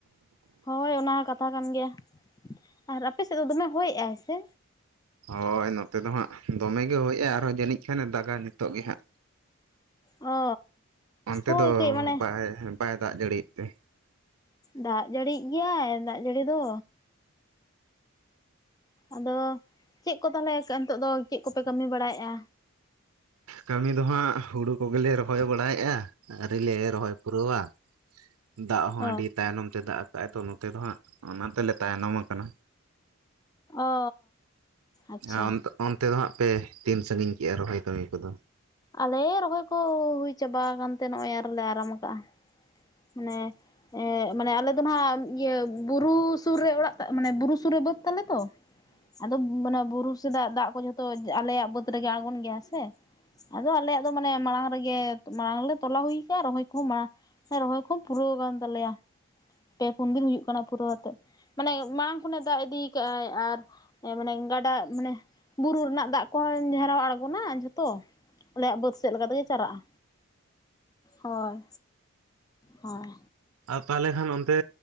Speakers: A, on the left; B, on the right.
A: ᱦᱳᱭ ᱚᱱᱟ ᱦᱚᱸ ᱠᱟᱛᱷᱟ ᱠᱟᱱ ᱜᱮᱭᱟ ᱟᱨ ᱟᱯᱮ ᱥᱮᱫ ᱫᱚ ᱫᱚᱢᱮ ᱦᱚᱭ ᱮᱜᱟᱭ ᱥᱮ
B: ᱦᱳᱭ ᱱᱚᱛᱮ ᱫᱚ ᱦᱟᱸᱜ ᱫᱚᱢᱮ ᱜᱮ ᱦᱚᱭᱼᱟ᱾ ᱟᱨᱦᱚᱸ ᱡᱟᱹᱱᱤᱡ ᱠᱷᱟᱱᱮ ᱫᱟᱜᱟ ᱱᱤᱛᱚᱜ ᱜᱮ ᱦᱟᱸᱜ
A: ᱚ
B: ᱚᱱᱛᱮ
A: ᱦᱳᱭ
B: ᱫᱚ
A: ᱠᱟᱹᱡ ᱢᱟᱱᱮ
B: ᱵᱟᱭ ᱵᱟᱭ ᱫᱟᱜ ᱡᱟᱹᱲᱤᱭᱟᱜ ᱛᱮ᱾
A: ᱫᱟᱜ ᱡᱟᱹᱲᱤ ᱭᱮᱜ ᱜᱮᱭᱟᱭ ᱫᱟᱜ ᱡᱟᱹᱲᱤ ᱫᱚ᱾ ᱟᱫᱚ ᱪᱮᱫ ᱠᱚ ᱛᱟᱦᱚᱞᱮ, ᱱᱤᱛᱚᱜ ᱫᱚ ᱪᱮᱫ ᱠᱚᱯᱮ ᱠᱟᱹᱢᱤ ᱵᱟᱲᱟᱭᱮᱫ-ᱟ?
B: ᱠᱟᱹᱢᱤ ᱫᱚ ᱦᱟᱸᱜ ᱦᱩᱲᱩ ᱠᱚᱜᱮᱞᱮ ᱨᱚᱦᱚᱭ ᱵᱟᱲᱟᱭᱮᱫᱼᱟ᱾ ᱟᱹᱨᱤᱞᱮ ᱨᱚᱦᱚᱭ ᱯᱩᱨᱟᱹᱣᱟ ᱫᱟᱜ ᱦᱚᱸ
A: ᱚ
B: ᱟᱹᱰᱤ ᱛᱟᱭᱱᱚᱢ ᱛᱮ ᱫᱟᱜ ᱟᱠᱟᱫ ᱟᱭ, ᱛᱚ ᱱᱚᱛᱮ ᱫᱚ ᱦᱟᱸᱜ ᱚᱱᱟ ᱛᱮᱞᱮ ᱛᱟᱭᱱᱚᱢ ᱠᱟᱱᱟ᱾
A: ᱚ ᱟᱪᱪᱷᱟ
B: ᱟᱸ ᱚᱱᱼᱼ ᱛᱮᱫ ᱫᱚ ᱦᱟᱸᱜ ᱯᱮ ᱛᱤᱱ ᱥᱟᱺᱜᱤᱧ ᱠᱮᱜᱼᱟ᱾ ᱨᱚᱦᱚᱭ ᱠᱟᱹᱢᱤ ᱠᱚᱫᱚ᱾
A: ᱟᱞᱮ ᱨᱚᱦᱚᱭ ᱠᱚ ᱦᱩᱭ ᱪᱟᱵᱟ ᱠᱟᱱᱛᱮ, ᱱᱚᱜᱼᱚᱭ ᱟᱨᱚᱞᱮ ᱟᱨᱟᱢ ᱠᱟᱜᱼᱟ ᱾ ᱢᱟᱱᱮ ᱮᱸ ᱢᱟᱱᱮ ᱟᱞᱮ ᱫᱚ ᱱᱟᱜ ᱤᱭᱟᱹ ᱵᱩᱨᱩ ᱥᱩᱨ ᱨᱮ ᱚᱲᱟᱜ ᱛᱟ ᱢᱟᱱᱮ ᱵᱩᱨᱩ ᱥᱩᱨ ᱨᱮ ᱵᱟᱹᱫᱽ ᱛᱟᱞᱮ ᱛᱚ ᱟᱫᱚ ᱢᱟᱱᱮ ᱵᱩᱨᱩ ᱥᱮᱫᱟᱜ ᱫᱟᱜ ᱠᱚ, ᱡᱷᱚᱛᱚ ᱟᱞᱮᱭᱟᱜ ᱵᱟᱹᱫᱽ ᱨᱮᱜᱮ ᱟᱬᱜᱚᱱ ᱜᱮᱭᱟ ᱥᱮ ᱟᱫᱚ ᱟᱞᱮᱭᱟᱜ ᱫᱚ ᱢᱟᱱᱮ ᱢᱟᱲᱟᱝ ᱨᱮᱜᱮ, ᱢᱟᱲᱟᱝ ᱨᱮ ᱞᱮ ᱛᱚᱞᱟ ᱦᱩᱭᱩᱠᱟᱜᱼᱟ᱾ ᱨᱚᱦᱚᱭ ᱠᱚᱦᱚᱸ ᱢᱟᱲᱟᱝ ᱮᱸ ᱨᱚᱦᱚᱭ ᱠᱚᱦᱚᱸ ᱯᱩᱨᱟᱹᱣ ᱠᱟᱱ ᱛᱟᱞᱮᱭᱟ, ᱯᱮ ᱯᱩᱱ ᱫᱤᱱ ᱦᱩᱭᱩᱜ ᱠᱟᱱᱟ ᱯᱩᱨᱟᱹᱣ ᱟᱛᱜ ᱢᱟᱱᱮ ᱢᱟᱲᱟᱝ ᱠᱷᱚᱱᱮ ᱫᱟᱜ ᱤᱫᱤ ᱠᱟᱜᱟᱭ ᱟᱭ ᱟᱨ ᱢᱟᱱᱮ ᱜᱟᱰᱟ ᱢᱟᱱᱮ ᱵᱩᱨᱩ ᱨᱮᱱᱟᱜ ᱫᱟᱜ ᱠᱚᱦᱚᱸ ᱡᱷᱟᱨᱟᱣ ᱟᱬᱜᱚᱱᱟ ᱡᱷᱚᱛᱚ᱾ ᱟᱞᱮᱭᱟᱜ ᱵᱟᱹᱫᱽ ᱪᱮᱫ ᱞᱮᱠᱟ ᱛᱮᱜᱮ ᱪᱟᱨᱟᱜᱼᱟ᱾ ᱦᱳᱭ ᱦᱳᱭ
B: ᱟᱨ ᱛᱟᱦᱚᱞᱮ ᱠᱷᱟᱱ ᱚᱱᱛᱮ